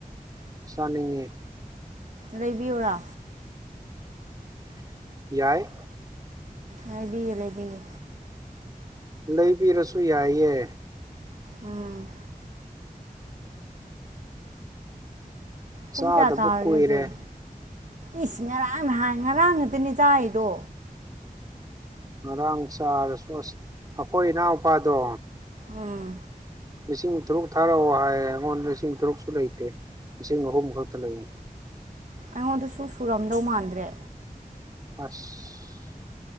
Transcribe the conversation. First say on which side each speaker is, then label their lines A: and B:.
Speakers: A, on the right; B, on the right.
A: ꯆꯅꯤꯡꯉꯦ
B: ꯂꯩꯕꯤꯌꯔꯥ
A: ꯌꯥꯏ
B: ꯂꯩꯕꯤꯌꯦꯦ ꯂꯩꯕꯤꯌꯦ
A: ꯂꯩꯕꯤꯔꯁꯨ ꯌꯥꯏꯌꯦꯦ
B: ꯎꯝ ꯄꯨꯡ
A: ꯆꯥꯗꯕ
B: ꯀꯌꯥ ꯇꯥꯔꯒꯦ
A: ꯀꯨꯏꯔꯦ
B: ꯍꯧꯖꯤꯛ ꯏꯁꯤ ꯉꯔꯥꯡ ꯍꯥꯏꯥꯟ ꯉꯔꯥꯡ ꯑꯗꯨꯗꯅꯦ ꯥꯏꯗꯣ
A: ꯉꯔꯥꯡ ꯆꯥꯔꯁꯨ ꯑꯁ ꯑꯩꯈꯣꯏ ꯏꯅꯥꯎꯄꯥꯗꯣ
B: ꯎꯝ
A: ꯂꯤꯁꯤꯡ ꯇꯔꯨꯛ ꯊꯥꯔꯛꯑꯣ ꯍꯥꯏꯌꯦ ꯑꯩꯉꯣꯟꯗ ꯂꯤꯁꯤꯡ ꯇꯔꯨꯛꯁꯨ ꯂꯩꯇꯦ ꯂꯤꯁꯤꯡ ꯑꯍꯨꯝ ꯈꯛꯇ ꯂꯩ
B: ꯑꯩꯉꯣꯟꯗꯁꯨ ꯁꯨꯔꯝꯗꯧ ꯃꯥꯟꯗ꯭ꯔꯦ
A: ꯑꯁ